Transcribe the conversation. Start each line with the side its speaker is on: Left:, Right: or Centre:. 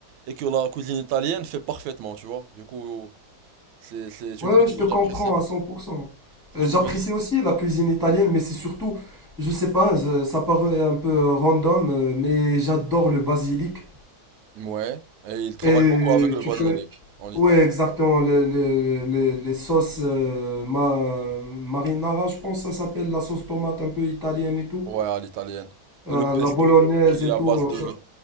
Right: et que la cuisine italienne fait parfaitement, tu vois. Du coup, c'est, c'est une
Centre: Ouais,
Right: cuisine
Centre: ouais, je te
Right: que
Centre: comprends
Right: j'apprécie.
Centre: à 100%.
Right: C'est
Centre: Euh, J'apprécie
Right: une cuisine.
Centre: aussi la cuisine italienne, mais c'est surtout, je sais pas, je- ça paraît un peu random, euh, mais j'adore le basilic.
Right: Ouais, et ils travaillent
Centre: Et
Right: beaucoup avec le
Centre: tu
Right: basilic
Centre: connais,
Right: en Italie.
Centre: ouais, exactement, les, les, les- les sauces euh, ma- marinara, je pense que ça s'appelle, la sauce tomate un peu italienne et tout,
Right: Ouais, à l'italienne. Et
Centre: Euh,
Right: le pesto,
Centre: la bolognaise
Right: qui
Centre: et
Right: est à
Centre: tout,
Right: base de,
Centre: euh,